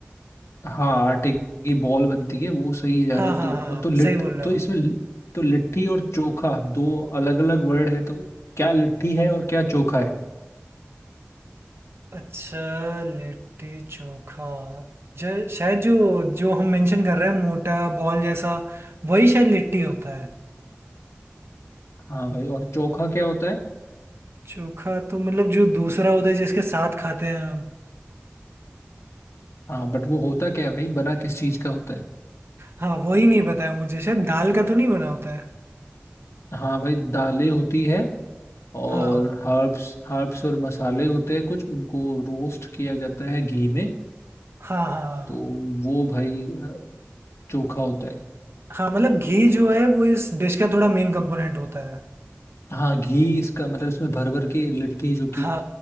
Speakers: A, on the left; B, on the right.
A: हाँ आटे की बॉल बनती है वो सही है जा
B: हाँ
A: रहे हो
B: हाँ
A: तो
B: हाँ
A: और तो लिट
B: सही बोल रहे
A: तो
B: हो
A: इसमें लि- तो लिट्टी और चोखा दो अलग अलग वर्ड है तो क्या लिट्टी है और क्या चोखा है
B: अच्छा लिट्टी चोखा जो शायद जो जो हम मेंशन कर रहे हैं मोटा बॉल जैसा वही शायद लिट्टी होता है
A: हाँ भाई और चोखा क्या होता है
B: चोखा तो मतलब जो दूसरा होता है जिसके साथ खाते हैं हम
A: हाँ बट वो होता क्या है भाई बना किस चीज का होता है
B: हाँ वही नहीं पता है मुझे शायद दाल का तो नहीं बना होता है
A: हाँ भाई दालें होती है और
B: हाँ
A: हर्ब्स हर्ब्स और मसाले होते हैं कुछ उनको रोस्ट किया जाता है घी में
B: हाँ हाँ
A: तो वो भाई अ, चोखा होता है
B: हाँ मतलब घी जो है वो इस डिश का थोड़ा मेन कंपोनेंट होता है
A: हाँ घी इसका मतलब इसमें भर भर के लिट्टी जो कि
B: हाँ